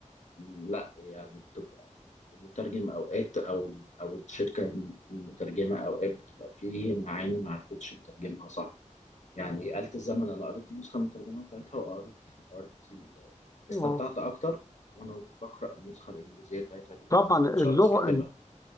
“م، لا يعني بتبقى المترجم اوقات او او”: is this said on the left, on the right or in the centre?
Left